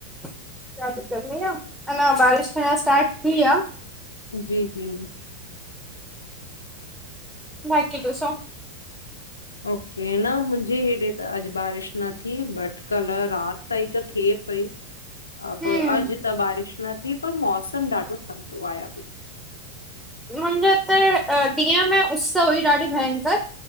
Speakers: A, in the centre; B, on the left (about 75°).
A: त अॼु गर्मी आह, अञा बारिश थ्याहिन्न स्टार्ट थी आह।
B: जी, जी।
A: बाक़ी ॾिसो।
B: ओके न मुंहिंजे हेॾे त अॼु बारिश न थी बट कल रात ताईं त थिए पई
A: <inaudible>
B: अब
A: हम्म
B: अॼु त बारिश न थी पर मौसम ॾाडो थधो आ भई
A: मुंहिंजे हिते ॾींहं में उस हुई ॾाडी भयंकर